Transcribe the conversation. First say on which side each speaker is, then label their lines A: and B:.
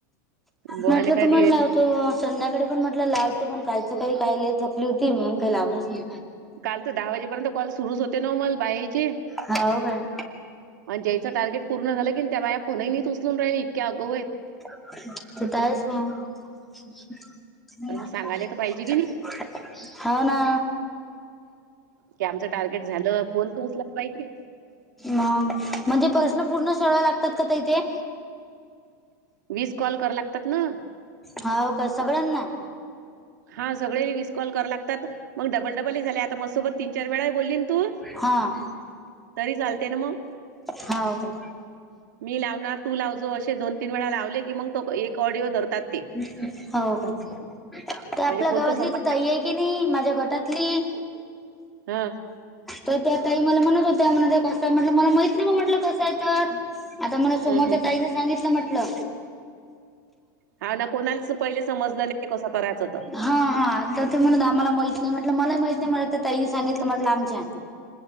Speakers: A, on the right; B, in the centre.
A: बोवाले
B: म्हटलं
A: कधी
B: तुम्हाला लावतो संध्याकाळी पण म्हटलं लावतो पण कायचं काय कायले? थकलो होती, मग काय लावलाच नायी
A: काल तर दहा वाजेपर्यंत कॉल सुरूच होते न मला बाहेरचे
B: हाव काय?
A: म्हणजे याचं टार्गेट पूर्ण झालं की त्या बाया फोनही उचलून राहिले इतक्या आगावू आहेत.
B: कुट हाइसा <unintelligible>
A: आणि मग सांगायला तर पाहिजे की नाही
B: हा ना....
A: त्यांच टार्गेट झालं फोन तर उचलायला पाहिजे.
B: मग म्हणजे प्रश्न पूर्ण सोडवावे लागतात ताई इथे.
A: वीस कॉल करा वे लागतात ना.
B: होा का? सगळ्यांना.
A: हा सगळे मिसकॉल करावे लागतात.. मग डबल डबल ह झाले आता मग सोबत तीन चार वेळाही बोलली तू.
B: हां...
A: तरी झा लते ना मग.
B: हा का?
A: मी लावणार तू लावजो असे दोन तीन वेळा लावले की मग तो एक ऑडिओ धरतात ते.
B: हो का त्या
A: म्हणजे
B: आपल्या
A: कोणतं
B: गावातली
A: संभाषण
B: ताई आहेती. नाही माझ्या गटातली.
A: हा
B: तर त्याताई मला म्हणत होत्या मग कस्टमर म्हटलं मला माहित नाही कस आहे आहे तर - आता मला समोरच्या
A: हम्म, हम्म.
B: ताईने सांगितलं म्हटलं.
A: हा ना कोणालाच पहिले समजलं नाही कसं करायचं.
B: हा ते म्हणून आम्हाला माहित नाही म्हटलं मलाही माहित नाही म्हटलं तर त्याही सांगितलं म्हटलं आमच्या.